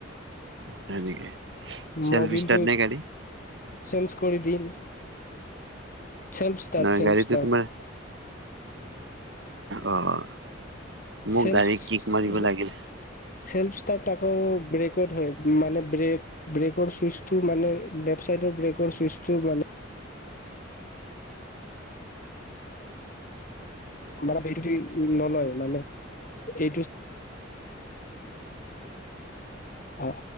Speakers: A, on the right (about 65°); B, on the left (about 45°).
A: হয় নেকি চেল্ফ
B: মবিলটো
A: ষ্টাৰ্ট নে গাড়ী?
B: চেঞ্জ কৰি দি চেলফ ষ্টাৰ
A: নহয়
B: চেলফ
A: গাড়ীটো
B: ষ্টাৰ
A: তোমাৰ অ'
B: <unintelligible>
A: মোক গাড়ী কিক মাৰিব লাগিল।
B: চেল্ফাৰ তাকো ব্ৰেকত হয় মানে ব্ৰেক ব্ৰেকৰ চুইচটো মানে লেফট চাইডৰ ব্ৰেকৰ চুইচটো মান মাৰ বটো নলয় মানে <unintelligible> অ',